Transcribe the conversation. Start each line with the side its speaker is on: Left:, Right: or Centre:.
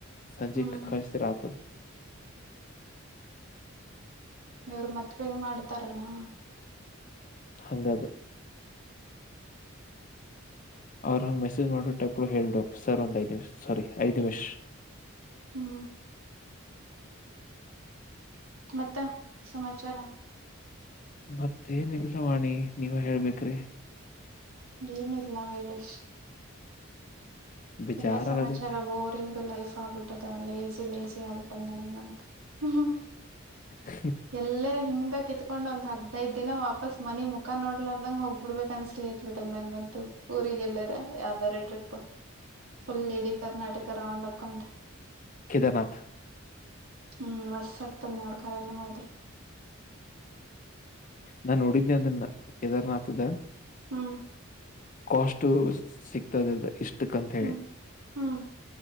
Left: ಸಂಜೆ
Right: ಹ್ಮ್
Left: ಕಚತಿ ರತ
Right: ಇವರು ಮತ್ತ ಹೆಂಗ್ ಮಾಡ್ತಾರಲ್ಲಾ
Left: ಹಂಗದು ಅವ್ರರು ಹಂಗೆ ಮೆಸೇಜ್ ಮಾಡಬಿು ಟಕ್ಪ್ು ಹೇಬಿಡಕ್ ಸರ್ ಒ್ ಐದು ನಿಮಿ್ ಸಾರಿ ಐದ್ ನಿಮಿ್
Right: ಹ್ಮ್ ಮತ್ತೆ ಸಮಾಚಾರ
Left: ಮತ್ತೇನಿಲ್ಲ ವಾಣಿ ನೀವ ಹೇಳ್ಬೇಕ್ರಿ
Right: ಏನಿಲ್ಲ ವೀರೇಶ್
Left: ಬೇಜಾರಾಗತೈತಿ.
Right: ಎಲ್ಲಾ ಸಮಾಚಾರ ಬೋರಿಂಗ್ ಲೈಫ್ ಆಗ್ಬಿಟ್ಟದ ಲೇಸಿ ಲೇಸಿ ಆಗ್ಬಿಟ್ಟದ ನನಗಂತ ಹ್ಮ್್ಮ
Left: ಓಹ್!
Right: ಎಲ್ಲರ ಹಿಂಗ ಕಿತ್ ತಕೊಂಡ್ ಒಂದ ಹದ್ೈದ ದಿನ ವಾಪಾಸ್ ಮನ ಮುಖ ನೋಡ್ಲಾರದಂಗಗೆ ಹೋಗ್ಬ ಬಿಡ್ಬೇಕು ಅನ್ಸಲಿಯತ್ ಬಿಟದ ನಂಗ ಅಂತೂ ಊರಿಗೆ ಎಲ್ಲಾರ ಯಾವ್ದಾರ ಟ್ರಿಪ್ ಫುಲ್ ಇಡಿ ಕರ್ನಾಟಕ ರೌಂಡ್ ಹಾಕೊಂಡೆ
Left: ಕದಾರನಾಥ
Right: ಹ್ಮ್ ಮಸ್ ಆಗ್ತದ ನೋಡ್ಖರ ಏನ ಹೋದ್ರಿ
Left: ನಾನ್ ನೋಡಿದನಿ ಅಂದನ್ನ ಕೇದಾರ್ನಾಥದ
Right: ಹ್ಮ್
Left: ಕಾಸ್ು ಸಿಕ್ತದ ಇಷ್ಟಕ್ಕಂತ ಹೇಳಿ
Right: ಹ್ಮ್ ಹ್ಮ್